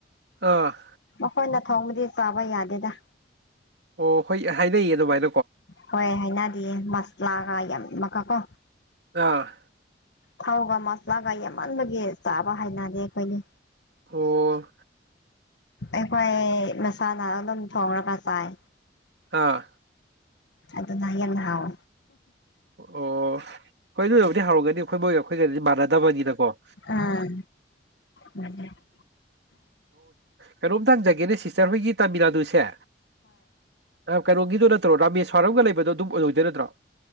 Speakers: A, on the right; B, on the left.
A: ꯑ
B: ꯃꯈꯣꯏꯅ ꯊꯣꯡꯕꯗꯤ ꯆꯥꯕ ꯌꯥꯗꯦꯗ
A: ꯑꯣ ꯍꯣꯏ ꯍꯥꯏꯅꯩꯌꯦ ꯑꯗꯨꯃꯥꯏꯅ
B: ꯍꯣꯏ ꯍꯥꯏꯅꯗꯤꯌꯦ ꯃꯁꯂꯥꯒ ꯌꯥꯝꯃꯀ ꯀꯣ
A: ꯑꯥ
B: ꯊꯥꯎꯒ ꯃꯁꯂꯥꯒ ꯌꯥꯝꯃꯟꯕꯒꯤ ꯆꯥꯕ ꯍꯥꯏꯅꯗꯦ ꯑꯩꯈꯣꯏꯅꯤ
A: ꯑꯣ
B: ꯑꯩ ꯐꯣꯏ ꯅꯁꯥ ꯅꯥ ꯑꯗꯨꯝ ꯊꯣꯡꯉꯒ ꯆꯥꯏ
A: ꯑꯥ
B: ꯑꯗꯨꯅ ꯌꯥꯝꯟꯅ ꯍꯑꯣ
A: ꯑꯣ ꯍꯣꯏ ꯑꯗꯨꯕꯨꯗꯤ ꯍꯧꯔꯒꯗꯤ ꯑꯩꯈꯣꯏꯕꯣꯏ ꯑꯩꯈꯣꯏ ꯀꯔꯤꯗꯤ ꯃꯥꯟꯅꯗꯕꯅꯤꯅꯀꯣ ꯎ
B: ꯑꯥ ꯍꯣꯏ
A: ꯀꯩꯅꯣꯝꯇ ꯍꯪꯖꯒꯦꯅꯦ ꯁꯤꯁꯇꯔ ꯑꯩꯈꯣꯏꯒꯤ ꯇꯥꯃꯤꯜ ꯅꯥꯗꯨꯁꯦ ꯀꯩꯅꯣꯒꯤꯗꯣ ꯅꯠꯇ꯭ꯔꯣ ꯔꯥꯃꯦꯁ꯭ꯏꯔꯝꯒ ꯂꯩꯕꯗꯣ ꯑꯗꯨꯝ ꯑꯣꯏꯔꯣꯏꯗꯣꯏ ꯅꯠꯇ꯭ꯔꯣ